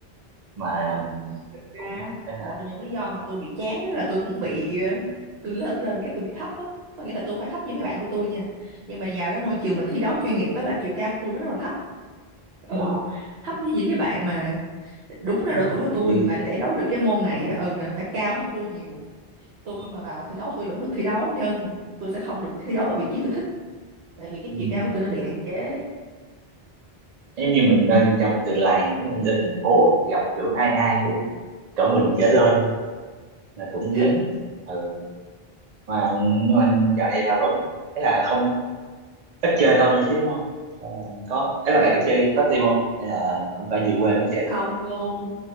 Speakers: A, on the right (about 50°); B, on the right (about 85°).
A: mà
B: ừ thực ra
A: cũng cái là
B: một trong những lý do mà tôi bị chán á là tôi cũng bị ờ, tôi lớn lên cái tôi bị thấp á có nghĩa là tôi không phải thấp như mấy bạn của tôi nha nhưng mà vào cái môi trường mà thi đấu chuyên nghiệp á là chiều cao của tôi nó rất là thấp ừ
A: ờ,
B: thấp như những cái bạn mà đúng là
A: giống
B: độ
A: như
B: tuổi
A: là
B: của
A: mình
B: tôi
A: đi
B: mà để đấu được cái môn này á, ừ là phải cao hơn tôi nhiều tôi
A: ờ,
B: mà vào thi đấu tôi vẫn được thi đấu nhưng tôi sẽ không được thi đấu ở vị trí tôi thích tại vì cái
A: ừ,
B: chiều cao của tôi nó bị hạn chế
A: giống như mình đang trong từ làng của mình lên thành phố gặp kiểu ai ai cũng cỡ mình trở lên luôn là cũng ngán
B: <laughs>
A: ừ. mà nhưng mà dạo này là vẫn thế là không ít chơi hơn rồi chứ đúng không hay là có ấy là bạn có chơi top team không hay là cũng phải về quê mới chơi được
B: không luôn